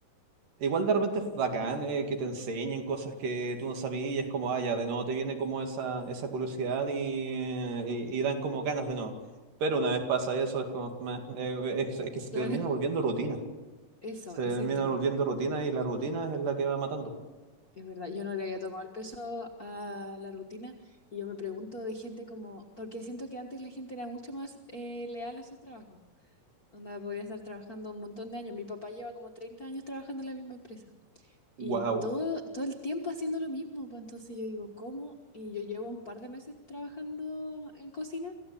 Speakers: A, on the right (about 75°); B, on the left (about 45°).
A: igual de repente es bacán eh, que te enseñen cosas que tú no sabías, y es como, ah, ya, de nuevo te viene como esa, esa curiosidad y, y, y dan como ganas de no. Pero una vez pasa eso, es como, meh, eh, es es que se termina
B: claro, <laughs>
A: volviendo rutina.
B: eso,
A: Se
B: ese
A: termina
B: es el tema.
A: volviendo rutina y la rutina es la que va matando.
B: Es verdad, yo no le había tomado el peso a la rutina y yo me pregunto de gente como, porque siento que antes la gente era mucho más eh, leal a sus trabajos, donde podía estar trabajando un montón de años. Mi papá lleva como 30 años trabajando en la misma empresa. Y
A: Wow.
B: todo, todo el tiempo haciendo lo mismo, pues entonces yo digo, ¿cómo? Y yo llevo un par de meses trabajando en cocina